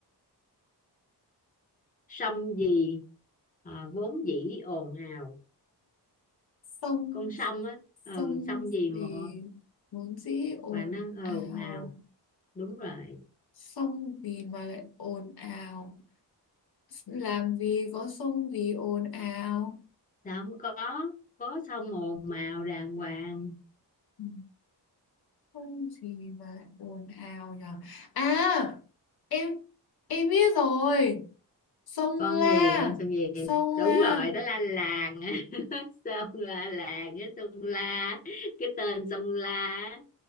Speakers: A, on the left (about 20°); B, on the left (about 60°).
A: sông gì à, vốn dĩ ồn ào
B: sông
A: con sông á
B: sông
A: ừ sông gì
B: gì
A: mà
B: vốn dĩ ồn
A: mà nó ồn
B: ào
A: ào đúng rồi
B: sông gì mà lại ồn ào làm gì có sông gì ồn ào
A: sao không có có sông ồn ào đàng hoàng
B: Ừ. Không gì mà ồn ào nhở À em em biết rồi Sông
A: con
B: La
A: gì con sông gì
B: Sông
A: đúng
B: La
A: rồi đó là làng <laughs> sông là làng cái sông la cái tên sông la á.